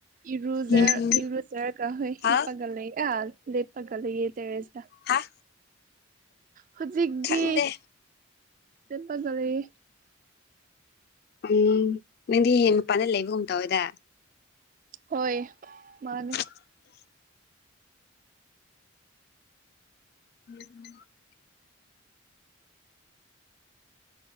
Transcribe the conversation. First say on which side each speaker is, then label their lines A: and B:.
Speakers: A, on the right; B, on the left.
A: ꯏꯔꯨꯖ
B: ꯎꯝ ꯎꯝ
A: ꯏꯔꯨꯖꯔꯒ ꯍꯣꯏ
B: ꯍꯥ
A: ꯍꯤꯞꯄꯒ ꯂꯩ ꯑꯥ ꯂꯦꯞꯄꯒ ꯂꯩꯌꯦ ꯇꯦꯔꯦꯁꯗꯥ
B: ꯍꯥ
A: ꯍꯨꯖꯤꯛꯗꯤ
B: ꯈꯪꯗꯦ
A: ꯂꯦꯞꯄꯒ ꯂꯩꯌꯦ
B: ꯎꯝ ꯅꯪꯗꯤ ꯌꯦꯡ ꯃꯄꯥꯟꯗ ꯂꯩꯕꯒꯨꯝ ꯇꯧꯋꯦꯗ
A: ꯍꯣꯏ ꯃꯥꯅꯦ
B: <unintelligible> <unintelligible>